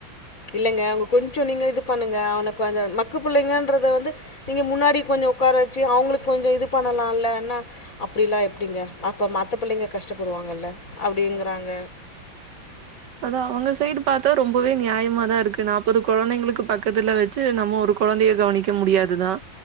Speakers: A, on the left (about 40°); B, on the right (about 65°).
A: இலங்க அவங்க கொஞ்சம் நீங்க இது பண்ணுங்க எவனுக் வந்து மக்க பிள்ளைங்கன்றத வந்து நீங்க முன்னாடி கொஞ்சம் உட்கார வச்சு அவங்களுக்கு கொஞ்சம் இது பண்ணலலா நா அப்படிலாம் எப்படிங்க அப்ப மத்த பிள்ளைங்க கஷ்டப்படுவாங்கல்ல அப்படிங்கறாங்க
B: அதான் அவங்க சைடு பாத்தா ரொம் இப்பவே நியாயமா தான் இருக்கு நாற்பது குழந்தைகளுக்கு பக்கத்தில் வச்சு நம்ம ஒரு கு குழந்தைய கவனிக்க முடியாதுதான்